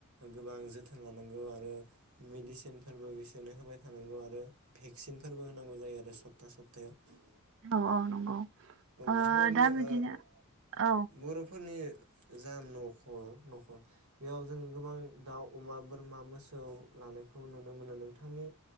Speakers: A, on the right; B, on the right.
A: गोबां जोथोन लानांगौ आरो मेडिसिनफोरबो बिसोरनो होबाय थानांगौ आरो भेक्सिनफोरबो होनांगौ जायो आरो सप्ता सप्तायाव।
B: औ औ नंगौ
A: औ
B: ओ
A: बेफोरबायदिनो
B: दा बिदिनो
A: ओ
B: औ
A: बर'फोरनि जा नखर नखर बेयाव जों गोबां दाउ अमा बोरमा मोसौ लानायखौ नुनो मोनो नोंथांनि